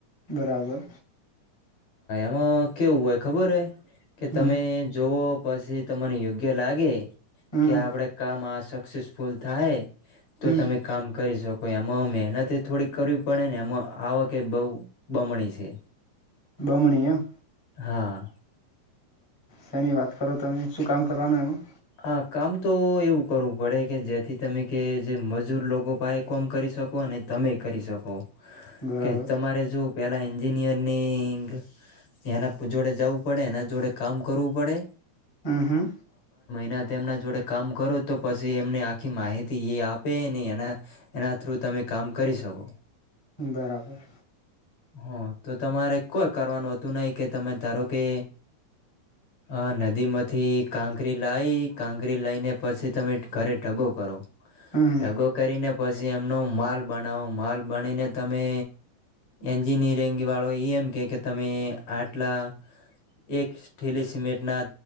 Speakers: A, on the left; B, on the left.
A: બરાબર
B: હ કેવુંય ખબર હ કે તમે
A: હમ
B: જોવો પછી તમને યોગ્ય લાગે
A: હમ
B: કે આપડે કામ આ શકસ ફૂલ થાય તો
A: હમ
B: તમે કામ કરી શકો તો એમાં મહેનત થોડીક કરવી પડે ને એમાં આવક બહ બમણી છે
A: બમણી એમ
B: હા
A: સાની વાત કરો તમે શું કામ કરવાનું એમાં
B: હા કામ તો એવું કરવું પડે કે જેથી તમે કે જે મજૂર લોકો પ એ કોમ કરી શકો અને તમે કરી શકો
A: બરાબર
B: કે તમારે જો પેલા એન્જિનિયરિંગ એના જોડે જવું પડે એના જોડે કામ કરવું પડે
A: હા હા
B: ને તેમના જોડે કામ કરો તો પછી એમને આખી માહિતી એ આપે ન એના એના થ્રુ તમે કામ કરી શકો.
A: બરાબર.
B: હ તો તમારે કોઈ કરવાનું હતું નહી કે તમે ધારો કે આ નદીમાંથી કાંકરી લાઈ કાંકરી લઈને પછી તમે ઘરે ટગો કરો.
A: હમ
B: ઢગો કરીને પછ છી એમનો માલ બનાવો માલ બનીને તમે એન્જિનિયરિંગ વાળો એ એમ કે કે તમે આટલા એક ઠીલી સિમેન્ટના